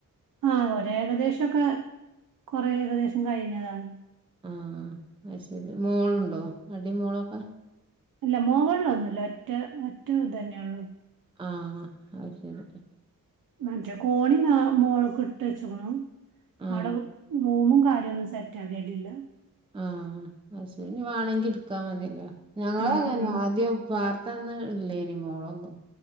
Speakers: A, on the right; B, on the right.
A: ആ ഒരേ ഏകദേശക്കെ കൊറെ ഏകദേശം കഴിഞ്ഞതാണ്
B: ആ അയ് ശരി മോള്ണ്ടോ അടിമോളൊക്കെ
A: അല്ല മോഹളൊന്നുല്ല ഒറ്റ ഒറ്റ ഇ തന്നെയള്ളൂ
B: ആ അയ് ശരി
A: മറ്റേ കോണി മോള്ക്ക് ഇട്ട് വെച്ചേക്കണു
B: ആ
A: അവിടെ റൂമും കാ <unintelligible> സെറ്റ് ആകിടില്ല
B: ആ അയ് ശരി ഇഞ് വേണമെങ്കി ഇ ടുക്കാമതില്ല ഞങ്ങളും
A: ഉം
B: അങ്ങനെ ആദ്യം പ്പ അന്ന് ഇല്ലേയ്നി മോളൊന്നും